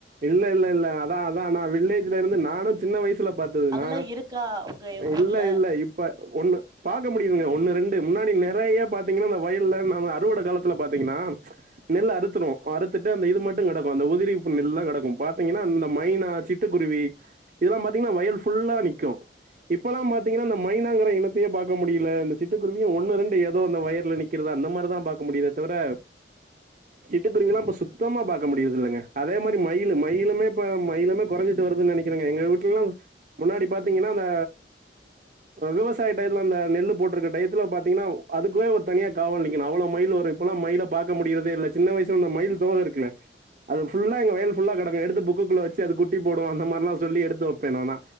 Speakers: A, on the right (about 45°); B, on the right (about 20°).
A: இல்ல இல்ல இல்ல அதா அதா நா வில்லேஜ்ல இருந்து நானு சின்ன வயசுல பாத்தது
B: அதெல்லா
A: நா
B: இருக்கா உங்க ஊர்ல?
A: இல்ல இல்ல இப்ப ஒண்ணு பாக்க முடியங்க ஒன்னு ரெண்டு முன்னாடி நெறைய பாத்தீங்கனா இந்த வயல்ல அறுவடை காலத்துல பாத்தீங்கன்னா நெல் அறுத்துருவோ அறுத்துட்டு அந்த இது மட்டு கெடக்கும் அந்த உதிரி புல்லு நெல்லா கெடக்கும் பாத்தீங்கன்னா இந்த மைனா சிட்டுக்குருவி இதெல்லா பாத்தீங்கன்னா வயல் ஃபுல்லா நிக்கு இப்பல்லா பாத்தீங்கன்னா இந்த மைனாங்கற இனத்தையே பாக்க முடியல இந்த சிட்டுக்குருவியு ஒன்னு ரெண்டு எதோ இந்த வயல்ல நிக்கறது அந்த மாதிரி தா பாக்க முடியுதே தவிர சிட்டுக்குருவில்லா இப்ப சுத்தமா பாக்க முடியறது இல்லைங்க அதே மாறி மயிலு மயிலுமே இப்ப மயிலுமே கொறஞ்சிட்டு வருதுன்னு நெனைக்கறேங்க எங்க வீட்லல்லா முன்னாடி பாத்தீங்கன்னா அந்த விவசாய டயத்துல அந்த நெல்லு போட்டிருக்க டயத்துல பாத்தீங்கன்னா அதுக்குன்னு ஒரு தனியா காவல் நிக்கணும் அவ்ளோ மயில் வரும் ஆனா இப்பல்லா மயில பாக்க முடியறதே இல்ல சின்ன வயசுல நா மயில் தோகை இருக்குல்ல அது ஃபுல் லா எங்க வயல் ஃபுல்லா கெடக்கு எடுத்து புக்குக்குள்ள வெச்சு அது குட்டி போடும் அந்த மாறில்லா சொல்லி எடுத்து வைப்பே நானா